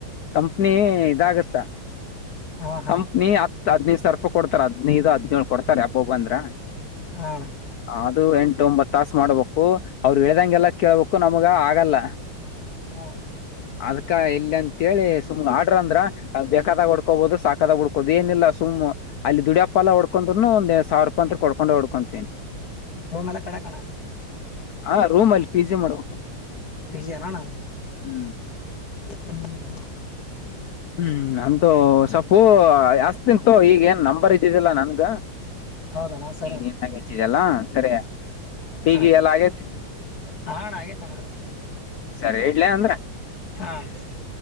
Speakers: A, on the left; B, on the left.
A: ಕಂಪ್ನಿ ಇದಾಗತ್ತ.
B: ಹಾ ಹಾ
A: ಕಂಪ್ನಿ ಹತ್ ಹದ್ನೈದು ಸಾವಿರ ರೂಪಾಯಿ ಕೊಡ್ತಾರ ಹದ್ನೈದು ಹದ್ನೇಳಳ್ ಕೊಡ್ತಾರೆ ಯಪೊಬ ಬಂದ್ರ.
B: ಹಣ
A: ಅದು ಎಂಟು ಒಂಬತ್ ತಾಸ್ ಮಾಡ್ಬೇಕು ಅವ್ರು ಹೇಳ್ದಂಗೆಲ್ಲ ಕೇಳ್ಬೇಕು ನಮಗ ಆಗಲ್ಲ
B: ಹಾ
A: ಅದ್ಕ ಇಲ್ಲ ಅಂತೇಳಿ ಸುಮ್ ಆಡ್ರ ಅಂದ್ರ ಬೇಕಾದಾಗ ಉಡ್ಕೋಬೋದು ಸಾಕಾದಾಗ ಉಡ್ ಕೊದ ನಿಲ್ಲ ಸುಮ್ ಅಲ್ಲಿ ದುಡಿಯಪ್ಪ ಎಲ್ಲ ಹೊಡ್ಕೊಂಡ್ರುನು ಒಂದ್ ಸಾವಿರ ರೂಪಾಯ ಅಂತ್ರಕ್ ಹೋಡ್ಕೊಂಡ ಹೋಡ್ಕೊಂತೀನ್.
B: ಹೊ ಮೇಲಿ ಕಡ ಕಾಣಲ್ಲಿ.
A: ಹಾ ರೂಮಲ್ ಪಿ ಜಿ ಮಾಡೋ
B: ಬಿಜಿ ಏನಣ್ಣ
A: ಹ್ಮ್
B: ಹ್ಮ್ ಹ್ಮ್
A: ಹ್ಮ್ ಅಂತೂ ಸಪ್ಪು ಹಚ್ತೀನ್ ತೋ ಈಗೇನ್ ನಂಬರ್ ಇದ್ದಿದ್ದಿಲ್ಲಾ ನನ್ಗ
B: ಹೌದಣ ಸ್
A: ಈಗ್ ನೀನಾಗ್ ಹಚ್ಚಿದ್ಯಲ್ಲ ಸರಿ. ಹೀಗಿ
B: ಹಾ
A: ಎಲ್ಲ ಆಗೇತಿ
B: ಹಾ ಅಣ್ಣ ಆಗೇತಣ್ಣ
A: ಸರಿ ಇಡ್ಲ್ಯಾ ಅಂದ್ರ.
B: ಹಾ ಅಣ ಸರ್